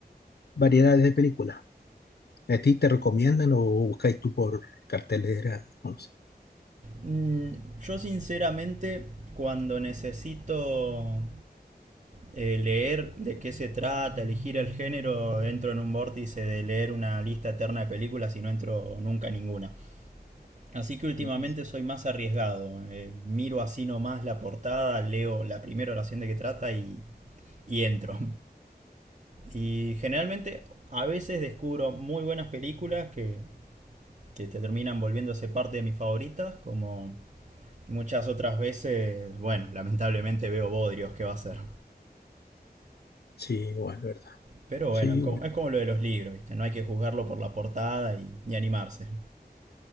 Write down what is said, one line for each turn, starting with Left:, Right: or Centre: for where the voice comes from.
Left: variedades de películas. ¿A ti te recomiendan o buscáis tú por cartelera? No sé.
Right: Mm, yo sinceramente, cuando necesito eh, leer de qué se trata, elegir el género, entro en un vórtice de leer una lista eterna de películas y no entro nunca a ninguna. Así que últimamente
Left: Mm,
Right: soy más arriesgado. eh, miro así nomás la portada, leo la primera oración de qué trata y, y entro. Y generalmente a veces descubro muy buenas películas que, que te terminan volviéndose parte de mis favoritas, como Muchas otras veces, bueno, lamentablemente veo bodrios, ¿qué va a ser?
Left: Sí, igual, ¿verdad?
Right: Pero bueno,
Left: Sí,
Right: es
Left: igual.
Right: como, es como lo de los libros, ¿viste? No hay que juzgarlo por la portada y, y animarse.